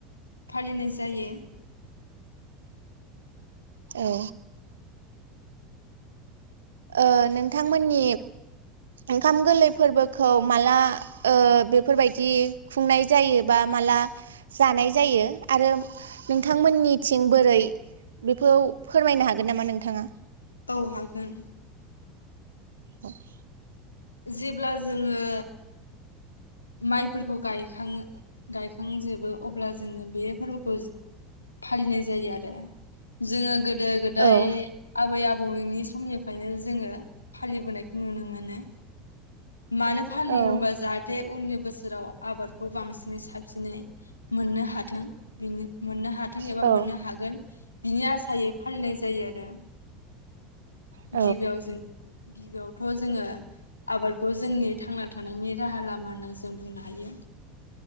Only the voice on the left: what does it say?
फालिनाय जायो
औ हागोन
जेब्ला जोङो माइफोरखौ गायखाङो गायखांजोबो अब्ला जोङो बे फोरबोखौ फालिनाय जायो आरो जोङो गोद गोदो गोदाय
आबै आबौनि समनि खायनो जोङो फालिबोनायखौ नुनो मोनो मानो फालियो
होनबा जाहाथ- बे उननि बोसोराव आबादखौ बांसिनै साबसिनै मोननो हाथों बिनि मोननो हाथों एबा
मोननो हागोन बिनि आसायै फालिनाय जायो आरो
गिबियाव जों गिबियावथ जोङो आबादखौ जोंनि थांना थानायनि राहा लाम मा होनना जों बुंनो हायो